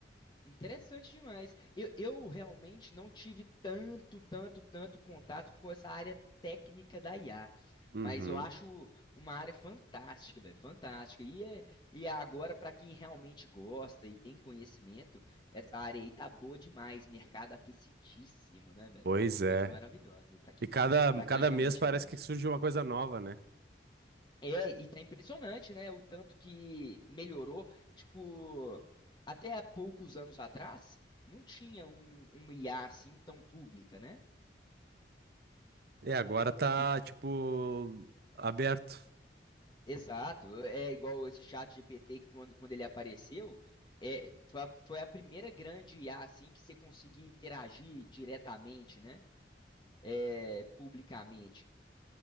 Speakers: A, on the left; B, on the right.
A: Interessante demais. Eu, eu realmente não tive tanto, tanto, tanto contato com essa área técnica da IA,
B: Uhum.
A: mas eu acho uma área fantástica, velho, fantástica. E, é, e é agora, para quem realmente gosta e tem conhecimento, essa área aí tá boa demais, mercado aquecidíssimo, né, velho?
B: Pois
A: Tá uma coisa
B: é.
A: maravilhosa E para quem,
B: E cada,
A: para
B: cada
A: quem realmente
B: mês parece
A: manja.
B: que surge uma coisa nova, né?
A: É, e tá impressionante, né? O tanto que melhorou. Tipo, até há poucos anos atrás, não tinha um, uma IA assim tão pública, né?
B: E agora tá,
A: Que,
B: tipo, aberto.
A: exato, é igual esse chat GPT que quando, quando ele apareceu, é, foi a, foi a primeira grande IA assim que você conseguia interagir diretamente, né? É, publicamente.